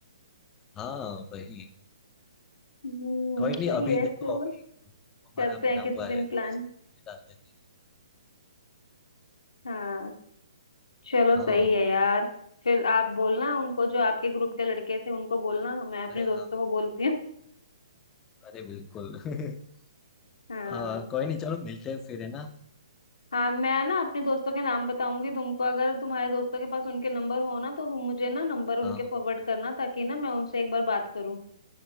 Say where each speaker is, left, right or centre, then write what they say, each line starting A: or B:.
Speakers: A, on the left; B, on the left.
A: हाँ वही
B: हम्म
A: कोई
B: सही
A: नहीं अभी
B: है
A: देखो
B: चलो
A: अभी हमारा
B: करते हैं
A: बना
B: किसी
A: हुआ है
B: दिन
A: तो
B: प्लान
A: इसमें डाल देते
B: हाँ चलो
A: हैं।
B: सही
A: हाँ
B: है यार फिर आप बोलना उनको जो आपके ग्रुप के लड़के थे उनको बोलना मैं अपने
A: अरे
B: दोस्तों
A: हाँ हाँ,
B: को बोलती हूँ
A: अरे बिल्कुल <laughs>
B: <laughs> हाँ
A: हाँ कोई नहीं चलो मिलते हैं फिर है ना
B: हाँ मैं ना अपने दोस्तों के नाम बताऊंगी तुमको अगर तुम्हारे दोस्तों के पास उनके नंबर हो ना तो तुम मुझे ना नंबर उनके
A: हाँ हाँ,
B: फॉरवर्ड करना ताकि ना मैं उनसे एक बार बात करूँ